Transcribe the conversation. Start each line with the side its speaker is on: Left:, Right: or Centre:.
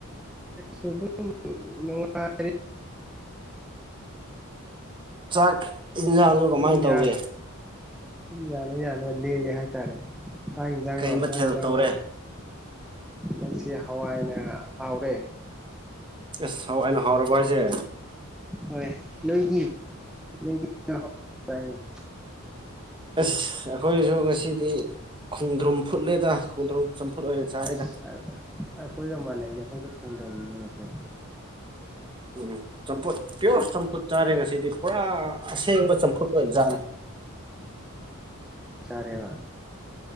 Centre: ꯑꯩꯁꯨ ꯑꯗꯨꯝ ꯅꯨꯡꯉꯥꯏꯔꯤ <inaudible>
Right: ꯆꯥꯛ ꯌꯦꯟꯁꯥꯡꯁꯨ
Centre: ꯑꯗꯨꯝ
Right: ꯀꯃꯥꯏ
Centre: ꯌꯥꯏ
Right: ꯇꯧꯔꯤ
Centre: ꯌꯥꯅ ꯌꯥꯅ ꯂꯦꯜꯂꯤꯦ ꯍꯥꯏꯇꯥꯔꯦ ꯆꯥꯛ ꯌꯦꯟꯁꯥꯡꯂꯣ
Right: ꯀꯩ ꯃꯊꯦꯜ
Centre: ꯆꯥꯛ ꯌꯦꯟꯁꯥꯡ
Right: ꯇꯧꯔꯦ
Centre: ꯪꯁꯤ ꯍꯋꯥꯏꯅ ꯍꯥꯎꯔꯦ
Right: ꯑꯦꯁ ꯍ ꯑꯩꯅ ꯍꯥꯎꯔꯕ ꯍꯥꯏꯁꯦ
Centre: ꯍꯣꯏ ꯅꯣꯏꯗꯤ ꯅꯣꯏꯗꯤꯅꯦ <unintelligible>
Right: ꯑꯁ ꯑꯩꯈꯣꯏꯁꯨ ꯉꯁꯤꯗꯤ ꯈꯣꯡꯗ꯭ꯔꯨꯝ ꯐꯨꯠꯂꯦꯗ ꯈꯣꯡꯗ꯭ꯔꯨꯝ ꯆꯝꯐꯨꯠ ꯑꯣꯏꯅ ꯆꯥꯔꯦꯗ
Centre: ꯑꯁ ꯑꯩꯈꯣꯏꯒ ꯃꯥꯟꯅꯩꯅꯦ ꯑꯩꯈꯣꯏꯁꯨ ꯈꯨꯝꯗ꯭ꯔꯕꯅꯤꯅꯦꯁꯦ
Right: ꯎꯝ ꯆꯝꯐꯨꯠ ꯄꯤꯌꯣꯔ ꯆꯝꯐꯨꯠ ꯆꯥꯔꯦꯒ ꯁꯤꯗꯤ ꯄꯨꯔꯥ ꯑꯁꯦꯡꯕ ꯆꯝꯐꯨꯠ ꯑꯣꯏꯅ ꯆꯥꯅꯤ
Centre: ꯆꯔꯦꯕ